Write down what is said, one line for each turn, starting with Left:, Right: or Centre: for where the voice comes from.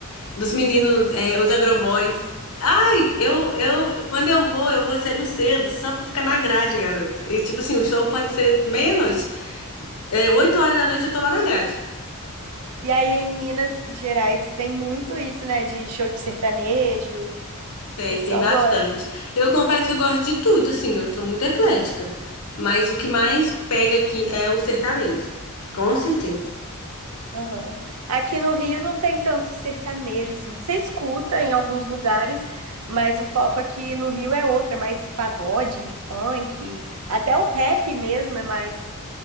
Left: dos meninos, é, os Agroboys. Ai, eu, eu, quando eu vou, eu vou cego cedo, só pra ficar na grade, garota. E tipo assim, o show pode ser meia-noite. É, oito horas da noite eu tô lá na grade.
Right: E aí, em Minas Gerais, tem muito isso, né, de show de sertanejo. O
Left: Tem,
Right: pessoal
Left: tem bastante.
Right: gosta.
Left: Eu confesso que eu gosto de tudo, assim, eu sou muito eclética. Mas o que mais pega aqui é o sertanejo. Com certeza.
Right: Aham. Aqui no Rio não tem tanto sertanejo, assim. Você escuta em alguns lugares, mas o foco aqui no Rio é outro, é mais pagode, funk, até o rap mesmo é mais